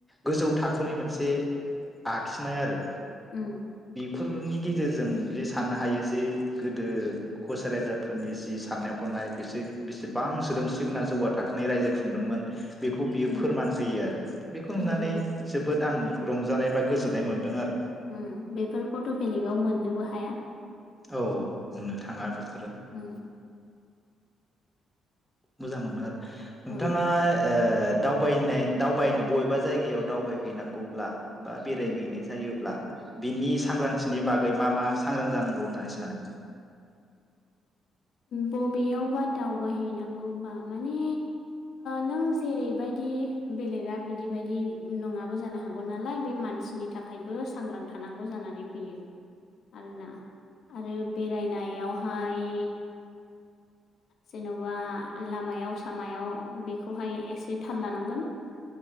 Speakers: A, in the centre; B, on the left (about 65°).
A: गोजौ थाखोनि मोनसे आखिनाय आरो।
B: अम
A: फोरनि गेजेरजों बियो साननो हायो जे गोदो कच राजाफोरनि जि साननाय हनाय बिसोर बिसेबां सोदोमस्रि गोनां जौगा थाखोनि रायजो खुंदोंमोन। बेखौ बियो
B: उम
A: फोरमान होयो आरो बेखौ
B: नंगौ
A: नुनानै जोबोद आं रंजानाय बा गोजोननाय मोनदों आरो।
B: अम बेफोरखौथ बेलेगाव मोननोबो हाया।
A: औ मोननो थांङा बेफोरो।
B: उम
A: मोजां मोनो आरो। नोंथाङा
B: औ
A: ओ दावबायनाय-दावबायनो बबेबा जायगायाव दावबायहैनांगौब्ला बा बेरायहैनाय
B: उम
A: जायोब्ला बिनि सांग्रांथिनि बा गै मा मा सांग्रां जानांगौ होननानै सानो।
B: बबेयावबा दावबायहैनांगौबा माने नों जेरै बायदि बेलेगा बिदि बेदि नंङाबो जानो हागौ नालाय बे मानसिनि थाखायबो सांग्रां थानांगौ जानानै फैयो आरोना आरो बेरायनायाव हाय जेनबा लामायाव सामायाव बेखौहाय एसे थाल लानांगोन।